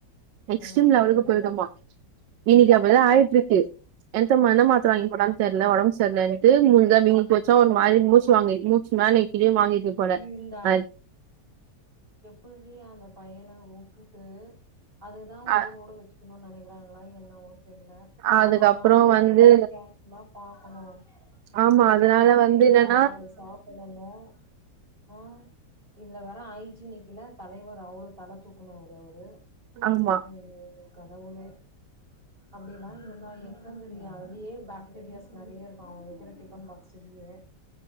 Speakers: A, on the right; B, on the right.
A: எக்ஸ்ட்ரீம்
B: ஐயோ
A: லெவலுக்கு போயிடுமா இன்னைக்கு அப்டிதா ஆயிட்டு டு எந்த மா என்ன மாத்ர
B: ம்
A: வாங்கி போட்டான்னு தெர்ல உடம்பு செர்லன்ட்டு முஞ்ச வீக்கி போச்சு சோரு மாரி மூச்சு வாங்கி மூச்சு மேலயு கீழயு வாங்கிக்கு போல
B: இந்த
A: அ
B: எப்பிட்ரி அந்த பையன உட்டுட்டு அதுதா அவுங்க
A: அ
B: ஊரோட வெச்சுக்கணுனு நெனைக்கிறாங்களா என்னமோ தெர்ல
A: அதுக்கப்புறோ
B: அது அவுங்கல்லா
A: வந்து
B: எவ்ளோ கா எப்பினா பாக்கணு
A: ஆமா
B: ஃபுல்லா
A: அதுனால வந்து
B: வீட்டு
A: என்னன்
B: சாப்பாடு சாப்பிடணு ஆ இதுல வேற ஐஜிக்ல தலைவர் அவ்ளோ தலை தூக்கு நா ஒரு ஒரு
A: ஆமா
B: ஐயோ கடவுளே <unintelligible> யோ